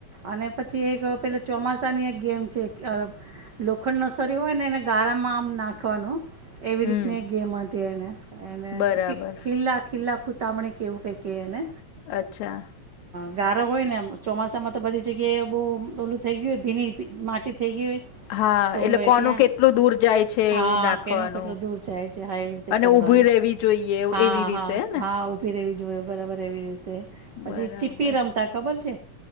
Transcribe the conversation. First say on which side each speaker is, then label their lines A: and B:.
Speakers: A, on the right; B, on the left.
A: અને પછી એક પેલો ચોમાસાની એક ગેમ છે ખ લોખંડન સરી હોય ને એને ગાળામાં આમ નાખવાનું હ. એવી
B: હમ
A: રીતની ગેમ. તે્ય અને. એને
B: બરાબર
A: સુખી કિલ્લા. લખું તામણે કેવું કઈ કે ને.
B: અચ્છા.
A: ગારો હોય ને ચોમાસામાં. તો બધી જગ્યાએ બહુ ઓલું થઈ ગયુંને. ભીની માટી. થઈ ગઈ હોય
B: હા
A: તો
B: એટલે કોનું
A: એ ત્યાં
B: કેટલું દૂર જાય છે
A: હા
B: એવું નાખવાનું
A: કેનું કેટલું દૂર જાય છે હા એવી રીતે
B: અને
A: કરવાનું
B: ઉઊભી રહેવી જોઈએ
A: હા
B: એવી રીતે.
A: હા
B: હેને
A: હા ઉભી રેવી જોઈએ બરાબર એવી રીતે, પછી
B: બરાબર
A: ચીપ્પી રમતા ખબર છે?